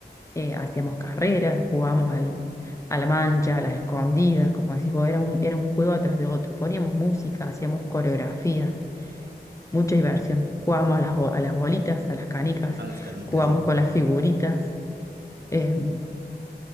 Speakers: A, on the left (about 20°); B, on the right (about 70°).
A: eh, hacíamos carreras, jugábamos al, a la mancha, a las escondidas, como decís vos, era un, era un juego atrás de otro. Poníamos música, hacíamos coreografías. mucha diversión. Jugábamos a las, bo- a las bolitas, a las canicas,
B: A las canicas,
A: jugábamos
B: sí.
A: con las figuritas. Eh,